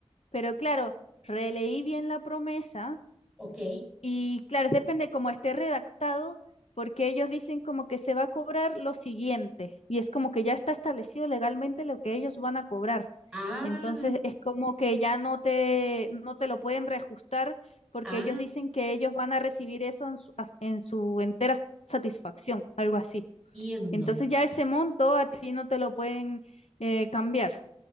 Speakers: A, on the left; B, in the centre.
A: Pero claro, releí bien la promesa
B: Ok.
A: y claro, depende cómo esté redactado, porque ellos dicen como que se va a cobrar lo siguiente, y es como que ya está establecido legalmente lo que ellos van a cobrar.
B: Ah,
A: Entonces es como que ya no te, no te lo pueden reajustar porque
B: ah,
A: ellos dicen que ellos van a recibir eso en su, as- en su entera satisfacción, algo así.
B: entiendo,
A: Entonces ya ese monto a ti no te lo pueden eh, cambiar.